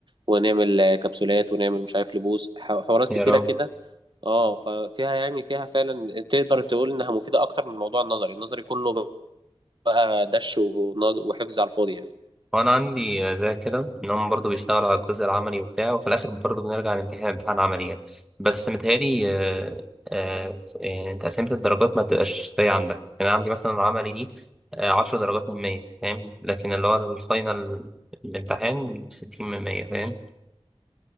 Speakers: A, on the right (about 50°); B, in the centre.
A: ونعمل آه، كبسولات ونعمل مش عارف لبوس ح- حوارات
B: يا
A: كتيرة
B: رب
A: كده اه ففيها يعني فيها فعلا تقدر تقول انها مفيده اكتر من الموضوع النظري النظري كله بقى دش ونظ- وحفظ على الفاضي يعني
B: وانا عندي زي كده ان هم برضه بيشتغلوا على الجزء العملي وبتاع وفي الاخر برضه بنرجع نمتحن امتحان عملي يعني بس متهيألي آه، آه، يعني تقسيمة الدرجات ما تبقاش زي عندك يعني عندي مثلا العملي دي آه، عشر درجات من مية فاهم لكن اللي هو الفاينل الامتحان ستين من مية فاهم